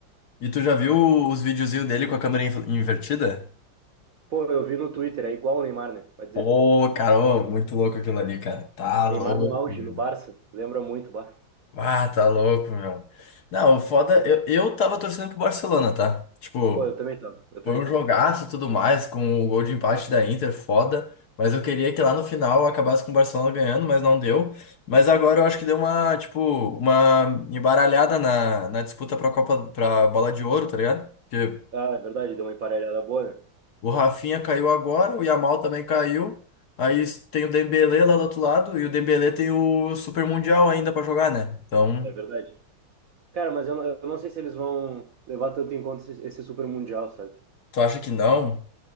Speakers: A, on the left; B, on the right.
A: E tu já viu os videozinhos dele com a câmera in- invertida?
B: Pô, eu vi no Twitter, é igual o Neymar, né? Pode dizer.
A: Ô, cara, ô, muito louco aquilo ali, cara. Tá
B: Neymar
A: louco,
B: no auge,
A: meu.
B: no Barça, lembra muito, bah.
A: Ah, tá louco, meu. Não, o foda, eu, eu tava torcendo pro Barcelona, tá? Tipo,
B: Pô, eu também tava, eu também
A: foi um
B: tava.
A: jogaço e tudo mais, com o gol de empate da Inter, foda. Mas eu queria que lá no final acabasse com o Barcelona ganhando, mas não deu. Mas agora eu acho que deu uma, tipo, uma embaralhada na, na disputa pra Copa, pra Bola de Ouro, tá ligado? Porque
B: Ah, é verdade, deu uma emparelhada boa, né?
A: O Rafinha caiu agora, o Yamal também caiu. Aí tem o Dembélé lá do outro lado e o Dembélé tem o Super Mundial ainda pra jogar, né? Então,
B: É verdade. Cara, mas eu, não- eu não sei se eles vão levar tanto em conta esse, esse Super Mundial, sabe?
A: tu acha que não?